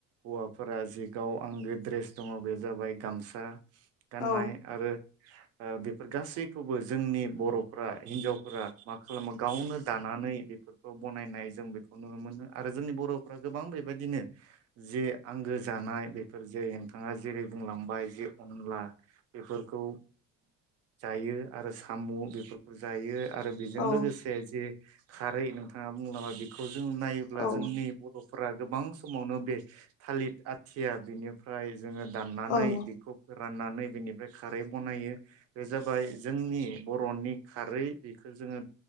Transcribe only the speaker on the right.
हौवाफोरा जि गाव आंगो ड्रेस दङ बे जाबाय गामसा गाननाय
आरो बेफोर ओ गासै खौबो जोंनि बर' फोरा हिनजावफोरा माखा खालामो गावनो दानानै बेफोरखौ बनायनाय जों बेखौ नुनो मोनो आरो जोंनि बर'फ्रा गोबां बेबाय दिनो जे आंगो जानाय बेफोर जेरै नोंथाङा जेरै बुंलांबाय जे अनला बेफोरखौ जायो आरो साम बेफोरखौ जायो आरो बेजों
लोगोसे जे खारै नोंथाङा बुंलाबाय बेखौ जों नायोब्ला
जोंनि बर' फोरा गोबां समावनो बे थालिर आथिया बेनिफ्राय जोङो दाननानै
बेखौ फो राननानै बेनिफ्राय खारै बनायो बे जाबाय जोंनि बरनि खारै बेखौ जोङो